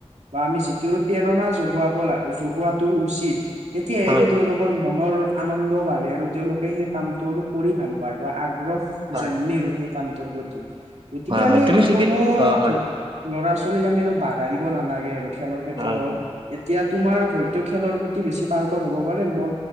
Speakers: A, on the right (about 85°); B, on the right (about 50°).
A: বা আমি যিটো প্ৰেৰণা জগাব, জগোৱাটো উচিত, তেতিয়া
B: হয়
A: আৰু তেওঁলোক মনৰ আনন্দ বাঢ়ে, আৰু তেওঁলোকে সেই কামটো কৰি ভাল পায় বা আগ্ৰহ
B: হয় হয়
A: জন্মে আৰু সেই কামটোৰ প্ৰতি, গতিকে আমি
B: হয় তুমি ঠিকে
A: কোনো
B: অ হয়
A: ধৰণৰ ল'ৰা ছোৱালীক আমি আৰু বাধা দিব নালাগে আৰু, খেলৰ ক্ষেত্ৰত
B: হয়
A: হওঁক,
B: হয়
A: এতিয়া তোমাৰ হয়তো খেলৰ প্ৰতি বেছি পাৰ্গত হব পাৰে, মোৰ